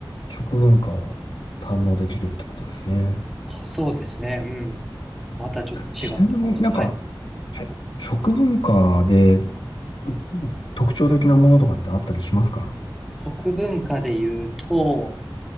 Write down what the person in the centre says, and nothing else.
あ、そうですね。うん。またちょっと違った感じ。
はい。
食文化で言うと、